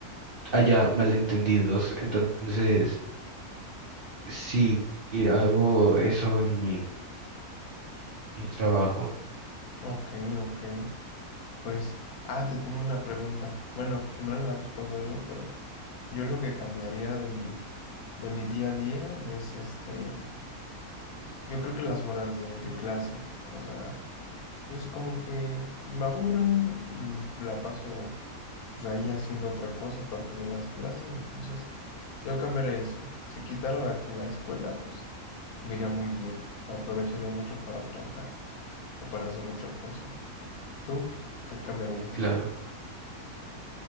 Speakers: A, on the right (about 55°); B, on the left (about 75°).
A: haya malentendidos. Entonces, sí, hago eso en mi, mi trabajo,
B: Ok, ok. Pues, ah, te tengo una pregunta. Bueno, primero la respondo yo, pero yo lo que cambiaría de mi,
A: y
B: de mi día a día es este, yo creo que las horas de, de clase, o sea... Entonces, como que pues, me aburren, mm, la paso pues, ahí haciendo otra cosa aparte de las clases. Entonces, yo cambiaría eso. Si quitara la, la escuela, pues me iría muy bien. Aprovecharía mucho para trabajar o para hacer otra cosa. ¿Tú qué cambiarías?
A: claro.